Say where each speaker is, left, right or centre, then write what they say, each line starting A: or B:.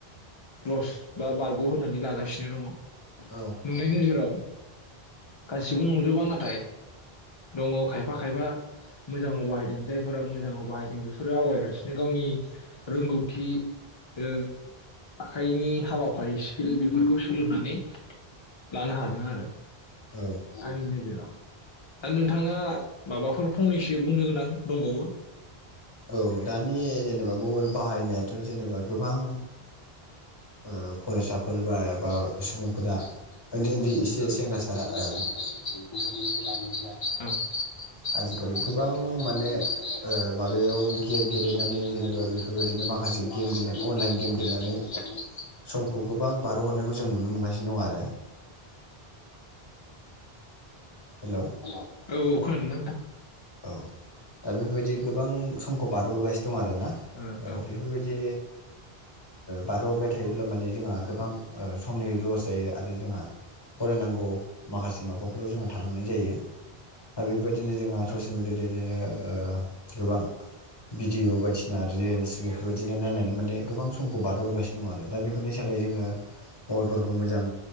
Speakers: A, on the left; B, on the left.
A: लस बा बारग' होननानै लागासिनो दङ
B: औ
A: नुनाय नोजोराव गासिबो नंजोबा नाथाय दङ खायफा खायफा मोजाङाव बाहायदों जायफोरा मोजाङाव बाहायदों बेफोरो आवगायगासिनो गावनि रोंगौथि ओ आखाइनि हाबाफारि स्किल बेफोरखौ सोलोंनानै लानो हादों आरो।
B: औ
A: आंनि नोजोराव। दा नोंथाङा माबाफोर फंनैसो बुंनो गोनां दंबावो।
B: औ दानि जेनेबा मबेल बाहायनायाथ' जेनेबा गोबां। ओ फरायसाफोर बा एबा सुबुंफोरा उन्दै उन्दै एसे सेंग्रासा आ।
A: <unintelligible>
B: आजिखालि गोबां माने ओ माबायाव गेम गेलेनानै जेनेबा बेफोरबायदिनो माखासे गेम गेले अनलाइन गेम गेलेनानै समखौ गोबां बारहोहरनायखौ जों नुनो मोनगासिनो दं आरो। हेल'।
A: औ औ खोनादोंना नोंथां।
B: औ दा बेफोरबायदि गोबां समखौ बारहोहरगासिनो दं आरोना
A: औ औ
B: बेफोरबायदि बारहोहरबाय थायोब्ला माने जोंहा गोबां समनि लस जायो आरो जोंहा फरायनांगौ माखासे माबाफोराव जोंहा थालांनाय जायो दा बेफोरबायदिनो जोंहा ससियेल
A: औ
B: मेडिया द बिदिनो गोबां भिडिअ बायदिसिना रिल्स बेफोरबायदिनो नायनानै माने गोबां समखौ बारहहरगासिनो दं आरो दा बेफोरनि सोलाय जोङो मबाइलफोरखौ मोजां